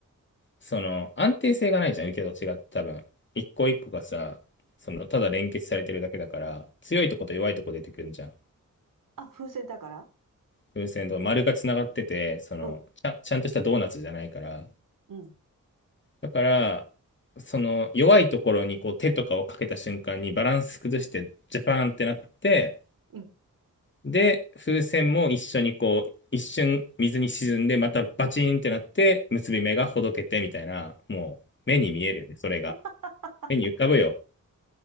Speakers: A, on the left; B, on the right.
A: その安定性がないじゃん、受けと違って多分。一個一個がさ、そのただ連結されてるだけだから、強いとこと弱いとこ出てくるんじゃん。
B: あ、風船だから
A: 風船と丸がつながってて、そのちゃん、
B: うん、
A: ちゃんとしたドーナツじゃないから。
B: うん、
A: だから、その弱いところにこう手とかをかけた瞬間にバランス崩してジャパーンってなって、
B: うん。
A: で、風船も一緒にこう、一瞬水に沈んで、またバチンってなって、結び目がほどけてみたいな、もう目に見えるよね、それが。
B: <laughs>
A: 目に浮かぶよ。